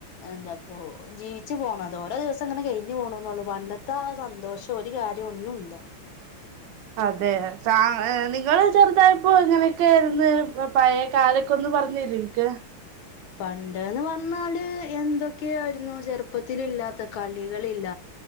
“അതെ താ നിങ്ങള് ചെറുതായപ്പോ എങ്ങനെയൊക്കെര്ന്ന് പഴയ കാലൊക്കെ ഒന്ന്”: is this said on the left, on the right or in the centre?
Right